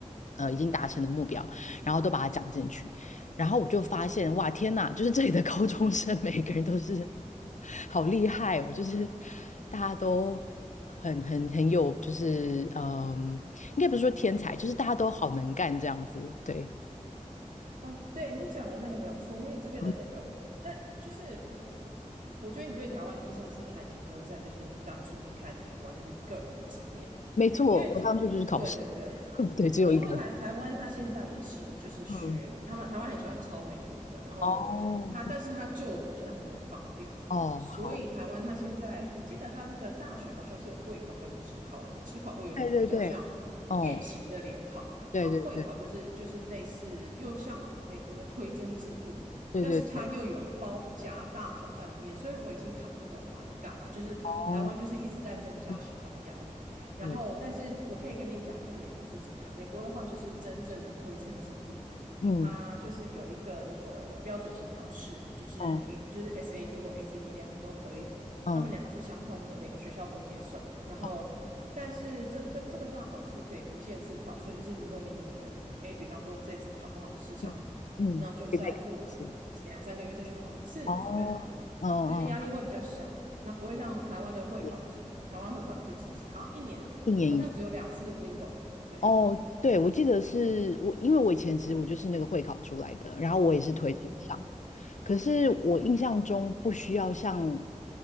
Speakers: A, on the left; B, on the right.
A: 呃已经达成的目标，然后都把它讲进去。然后我就发现，哇，天呐，就是这里的高中生每个人都是好厉害哦，就是大家都很很很有，就是嗯，应该不是说天才，就是大家都好能干这样子。对，
B: 嗯，对你讲的那个没有错，因为这边的那个，
A: 嗯，
B: 但就是我觉得你对台湾的印象是不是还停留在就是你当初离开台湾，就是你个人的经验？
A: 没错，
B: 因为台，
A: 我当初就是考试，
B: 对对对，
A: <laughs> 对，只有一个。
B: 因为台台湾它现在也是就是学他们台湾很喜欢抄美国的，
A: 嗯，
B: 然后它但是它旧的东西它不会放掉，
A: 哦，哦，
B: 所以台湾它现在我记得它那个大学好像是有会考跟职考两个，
A: 好，
B: 职考会有点比较像
A: 对对对，哦，
B: 变形的联考，
A: 对对对
B: 然后会考就是就是类似又像美国的推甄制度，
A: 对对对，
B: 但是它又有包夹大考在里面，所以我已经看不懂台湾在干嘛，就是台湾就是一直在增加小孩的压力。
A: 哦，嗯，
B: 然后，
A: 对，
B: 但是我可以跟你讲一下美国是怎么样。美国的话，就是真正的推甄制度，
A: 嗯，
B: 它就是有一个那个标准型考试，就是
A: 嗯
B: A 就是 SAT 或 ACT 两个都可以，
A: 嗯，
B: 他们两个是相通的，每个学校都接受。然后，
A: 好，
B: 但是这个这个大考试可以无限次考，所以就是如果你女儿 A，比方说这次考不好失常，
A: 嗯嗯，
B: 那就再过两三个月再去考一次，
A: 可以再考一次。哦，
B: 准备好。
A: 嗯嗯，
B: 就是压力会比较小，那不会像台湾的会考，
A: 也
B: 就是呃台湾会考你就只只好像一年好像只有两次
A: 一年一次。
B: window，对，
A: 哦，对，我记得是我，因为我以前其实我就是那个会考出来的，然后我也是推荐上的，
B: 嗯嗯
A: 可是我印象中不需要像